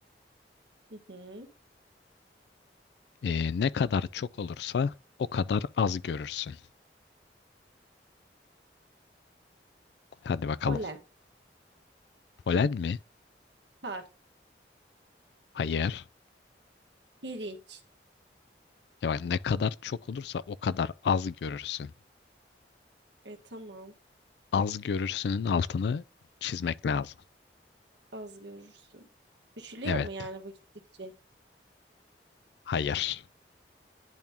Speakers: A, on the right; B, on the left.
A: Hı hı.
B: Eee, ne kadar çok olursa o kadar az görürsün. Hadi bakalım.
A: Polen.
B: Polen mi?
A: Par.
B: Hayır.
A: Pirinç.
B: Ya bak, ne kadar çok olursa o kadar az görürsün.
A: E tamam.
B: Az görürsünün altını çizmek lazım.
A: az görürsün. Küçülüyor
B: Evet.
A: mu yani bu gittikçe?
B: Hayır.